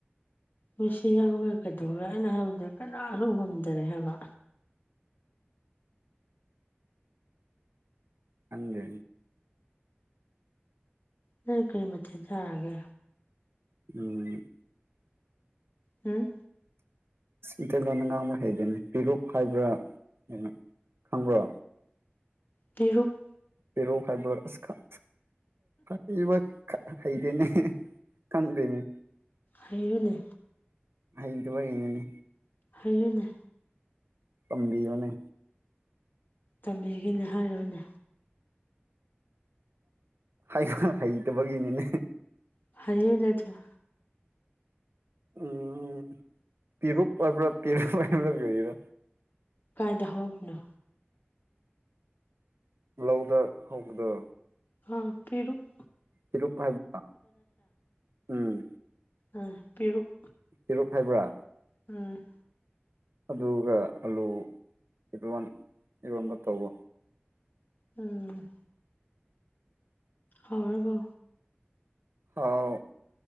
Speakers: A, on the left (about 55°); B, on the right (about 75°).
A: ꯃꯦꯁꯤ ꯌꯥꯎꯔꯒ ꯀꯩꯗꯧꯔꯦ ꯑꯩꯅ ꯍꯥꯏꯕꯗꯤ ꯀꯅꯥꯁꯨ ꯉꯝꯗꯔꯦ ꯍꯥꯏꯕ
B: ꯈꯪꯗꯦ
A: ꯅꯣꯏ ꯀꯔꯤ ꯃꯊꯦꯟ ꯆꯥꯔꯒꯦ
B: ꯎꯝ
A: ꯍꯨꯝ
B: ꯃꯤꯇꯩꯂꯣꯟꯗ ꯉꯥꯡꯕ ꯍꯩꯗꯦꯅꯦ ꯄꯤꯔꯨꯛ ꯍꯥꯏꯕ꯭ꯔꯥ ꯀꯩꯅꯣ ꯈꯪꯕ꯭ꯔꯣ
A: ꯄꯤꯔꯨꯛ
B: ꯄꯦꯔꯨꯛ ꯍꯥꯏꯕ꯭ꯔꯥ ꯑꯁ ꯈꯪ <unintelligible> ꯈꯠ ꯍꯩꯗꯦꯅꯦ ꯈꯪꯗꯦꯅꯦ
A: ꯍꯩꯌꯣꯅꯦ
B: ꯍꯩꯗꯕꯒꯩꯅꯦꯅꯦ
A: ꯍꯩꯌꯨꯅꯦ
B: ꯇꯝꯕꯤꯌꯣꯅꯦ
A: ꯇꯝꯕꯤꯒꯦꯅꯦ ꯍꯥꯏꯔꯣꯅꯦ
B: ꯍꯥꯏꯕ ꯍꯩꯇꯕꯒꯤꯅꯤꯅꯦ
A: ꯍꯥꯏꯌꯣꯅꯦ ꯑꯗꯨ
B: ꯎꯝ ꯄꯤꯔꯨꯛ ꯍꯥꯏꯕ꯭ꯔꯥ ꯄꯦꯔꯨꯛ ꯍꯥꯏꯕ꯭ꯔꯥ ꯀꯔꯤꯔꯥ
A: ꯀꯥꯏꯗ ꯍꯧꯕꯅꯣ
B: ꯂꯧꯗ ꯍꯧꯕꯗꯣ
A: ꯍꯥ ꯄꯤꯔꯨꯛ
B: ꯄꯤꯔꯨꯞ ꯍꯥꯏꯕ <unintelligible> ꯎꯝ
A: ꯑ ꯄꯤꯔꯨꯛ
B: ꯄꯤꯔꯨꯞ ꯍꯥꯏꯕ꯭ꯔꯥ
A: ꯎꯝ
B: ꯑꯗꯨꯒ ꯑꯂꯨ ꯏꯔꯣꯟ ꯏꯔꯣꯟꯕ ꯇꯧꯕ
A: ꯎꯝ ꯍꯥꯎꯔꯕꯣ
B: ꯍꯥꯎ